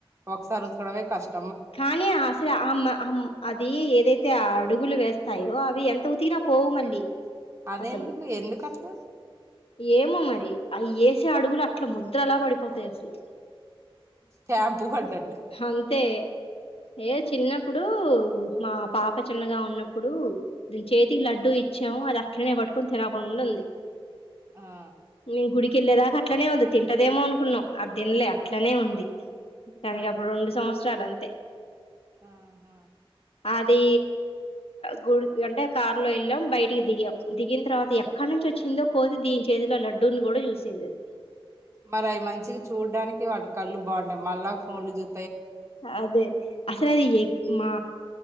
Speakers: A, on the right; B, on the left.
A: ఒకసారి ఉతకడమే కష్ట
B: కానీ అసలు అమ ఆమ్ అది ఏదైతే ఆ అడుగులు వేస్తాయో అవి ఎంత ఉతికిిన పోవు మళ్ళీ
A: అదెందుకు
B: అసలు
A: ఎందుకు అట్ల
B: ఏమో మరి అయి యేసే అడుగులు అట్ల ముద్రల పడిపోతాయి అసలు
A: స్టాంపూ పడ్డట్టు
B: అంతే ఏ చిన్నప్పుడు మా పా అక్క చిన్నగా ఉన్నప్పుడు దీని చేతికి లడ్డు ఇచ్చాము అది అట్లనే పట్టుకొని తినకుండా ఉంది
A: ఆ
B: నేన్ గుడిక్ కెల్లేదాకా అట్లనే ఉంది తింటదేమో అనుకున్నాం అధిన్లే అట్లనే ఉంది దానికి
A: ఆ
B: అప్పుడు రెండు సంవత్స చాలంతే
A: ఆహా
B: అది గుడికి అంటే కారులో వెళ్ళాం బయటికి దిగాం దిగిన తర్వాత ఎక్కడ నుంచి వచ్చిందో కోతి దీని చేతిలో లడ్డూని గుడ చూసింది అది
A: మరి అవి మంచిగా చూడ్డానికి వాటి కళ్ళు బాగుంటాయి మళ్ళా ఫోన్లుచూ
B: అదే అసలు అది ఎక్ మా